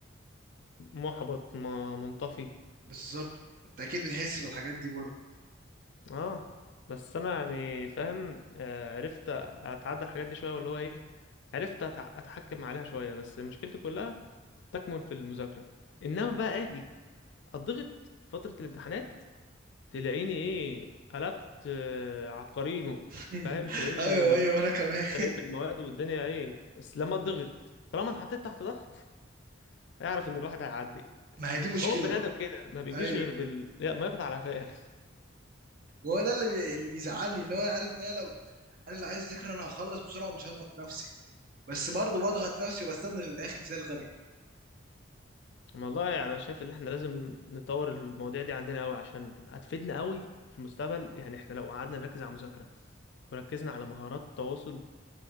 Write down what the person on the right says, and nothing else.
بالظبط انت اكيد بتحس بالحاجات دي برضه
<laughs>
ايوه ايوه انا كمان
ما هي دي مشكله
بقى
ايوه
هو ده اللي بي... اللي بيزعلني اللي هو انا عارف ان انا لو انا لو عايز اذاكر انا هخلص بسرعه ومش هضغط نفسي بس برضه بضغط نفسي وبستنى للاخر زي الغبي